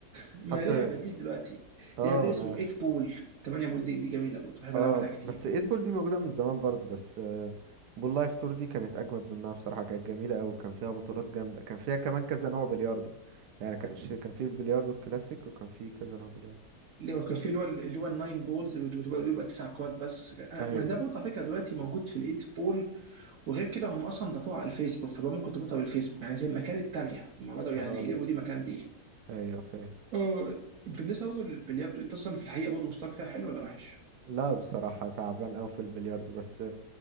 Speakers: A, on the right; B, on the right.
A: ما
B: حتى
A: ليها بديل دلوقتي
B: اه
A: ليها بديل
B: ما
A: اسمه
B: أنا عارف
A: 8 بول 8 بول دي دي جميلة برضه بحب
B: اه
A: العب عليها كتير
B: بس ايد بول دي موجودة من زمان برضه بس آه، بول لايف تور دي كانت أجمد منها بصراحة كانت جميلة أوي كان فيها بطولات جامدة كان فيها كمان كذا نوع بلياردو يعني كانش كان في البلياردو الكلاسيك وكان في كذا نوع بلياردو
A: اللي هو كان في اللي هو اللي هو الناين بولز بتبقى بيبقى تسع كوات بس أنا-
B: ايوه
A: ما ده برضه على فكره دلوقتي موجود في الايت بول وغير كده هم اصلا ضافوها على الفيسبوك فبقى ممكن تربطها بالفيسبوك يعني زي ما كانت الثانيه هم بداوا يعني
B: اه
A: يقلبوا دي مكان دي
B: ايوه فاهم
A: اه بالنسبه برضه للبلياردو انت اصلا في الحقيقه برضه مستواك فيها حلو ولا وحش؟
B: لا بصراحة تعبان أوي في البلياردو بس